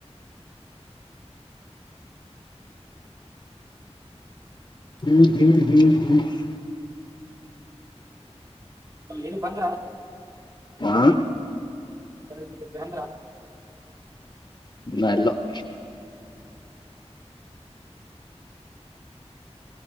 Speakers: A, on the left; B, on the right.
A: <unintelligible>
B: ಏನು ಬಂದ್ರ
A: ಹಾ
B: ಕನಂದ್ರ <unintelligible>
A: <unintelligible>